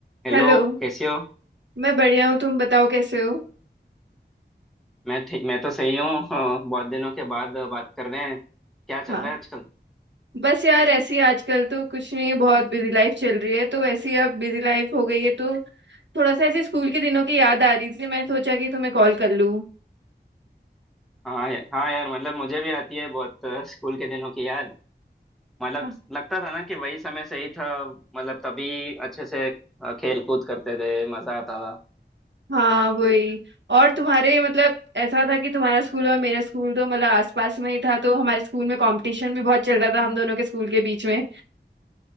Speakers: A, in the centre; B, on the right (about 75°).
A: Hello
B: Hello
A: कैसे हो
B: मैं बढ़िया हूँ तुम बताओ कैसे हो
A: मैं ठीक मैं तो सही हूँ हाँ, बहुत दिनों के बाद अ, बात कर रहे हैं क्या चल
B: हाँ
A: रहा है आजकल
B: बस यार ऐसी आजकल तो कुछ नहीं बहुत बिजी लाइफ चल रही है तो ऐसी अब बिजी लाइफ हो गई है तो थोड़ा सा ऐसे स्कूल के दिनों की याद आ रही थी मैं सोचा कि तुम्हें कॉल कर लूँ
A: हाँ या- हाँ यार मतलब मुझे भी आती है बहुत अ, स्कूल के दिनों की याद मतलब
B: हाँ
A: लगता था ना कि वही समय सही था मतलब तभी अच्छे से अ, खेल कूद करते थे मजा आता था
B: हाँ, वही और तुम्हारे मतलब ऐसा था कि तुम्हारा स्कूल और मेरा स्कूल तो मतलब आसपास में ही था तो हमारे स्कूल में कंपटीशन भी बहुत चल रहा था हम दोनों के स्कूल के बीच में